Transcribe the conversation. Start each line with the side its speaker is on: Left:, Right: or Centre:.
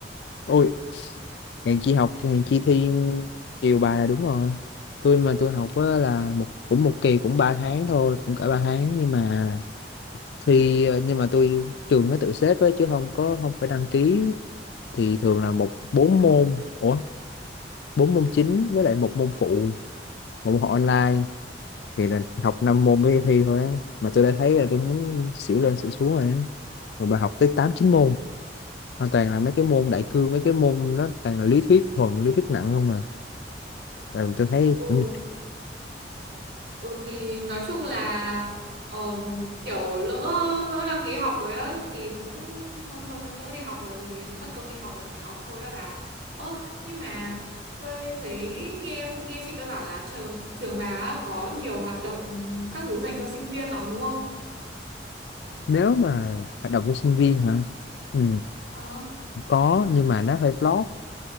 Left: ôi hèn chi học hèn chi thi chiều bài là đúng rồi tôi mà tôi học á là một cũng một kỳ cũng 3 tháng thôi cũng cả 3 tháng nhưng mà thi nhưng mà tôi trường nó tự xếp ấy, chứ không có không phải đăng ký thì thường là một bốn môn ủa bốn môn chính với lại một môn phụ một môn học online thì là học năm môn mới thi thôi á mà tôi đã thấy là tôi muốn xỉu lên xỉu xuống rồi á rồi bà học tới tám chín môn hoàn toàn là mấy cái môn đại cương mấy cái môn nó toàn là lý thuyết thuần lý thuyết nặng không mà rồi tôi thấy
Right: Ừ,
Left: cũng
Right: Ừ thì nói chung là ờ, kiểu lỡ lỡ đăng ký học rồi á thì cũng thôi, thôi lỡ đi học rồi thì mất công đi học rồi thì học thôi á bà. Ơ nhưng mà tôi thấy nghe nghe chị tôi bảo là trường trường bà á, có nhiều hoạt động các thứ dành cho sinh viên lắm đúng không?
Left: nếu mà hoạt động cho sinh viên hả ừ,
Right: Ờ.
Left: có nhưng mà nó hơi flop